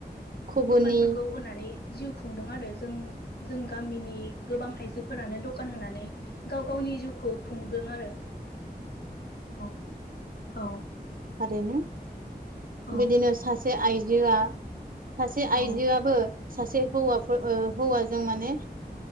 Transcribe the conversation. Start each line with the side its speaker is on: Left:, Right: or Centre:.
Right: घुगुनि
Left: दखानफोरखौ हो होननानै जिउ खुंदों आरो जों जों गामिनि गोबां आइजोफोरानो दखान होनानै गाव गावनि जिउखौ खुंगोदों आरो औ औ
Right: थारैनो
Left: औ
Right: बिदिनो सासे आइजोआ सासे आइजोआबो
Left: औ
Right: सासे हौवाफोर हौवाजों माने